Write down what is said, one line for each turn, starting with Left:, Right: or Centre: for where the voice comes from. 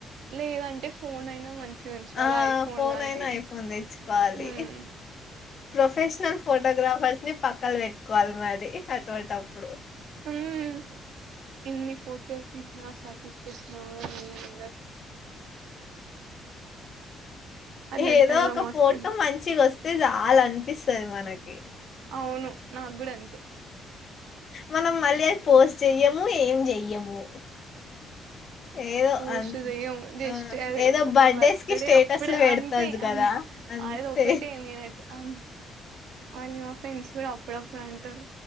Right: లేదంటే ఫోన్ అయినా మంచి చ ఉంచుకోవాలి
Left: ఆ
Right: ఐఫోన్
Left: ఫోన్
Right: లాంటివి
Left: అయినా ఐఫోన్ తెచ్చుకోవాలి
Right: ఉమ్
Left: ప్రొఫెషనల్ ఫోటోగ్రాఫర్స్ ని పక్కల పెట్టుకోవాలి మరి అటువంటప్పుడు
Right: ఉమ్ ఎన్ని ఫోటోస్ ఇష్ తీసిన నా సాటిస్ఫాక్షన్ ఓ అలాంటి
Left: ఏదో
Right: టైమ్‌లో
Left: ఒక
Right: మస్తు
Left: ఫోటో మంచిగా వస్తే చాలనిపిస్తది మనకి
Right: అవును నాకు గుడ అంతే
Left: మనం మళ్ళీ అ పోస్ట్ చెయ్యము ఏం చెయ్యము ఏదో
Right: పోస్టు
Left: అన్
Right: చేయం జస్ట్
Left: ఆ
Right: అది
Left: ఏదో
Right: ఒక
Left: బర్త్డేస్
Right: బర్త్డే
Left: కి స్టేటస్లు
Right: అప్పుడే
Left: పెడతారు
Right: అంతే
Left: కదా
Right: అ
Left: అంతే
Right: అది ఒక్కటే నేనైతే అ మళ్ళీ మా ఫ్రెండ్స్ కూడా అప్పుడప్పుడు ప్పుడ అంటారు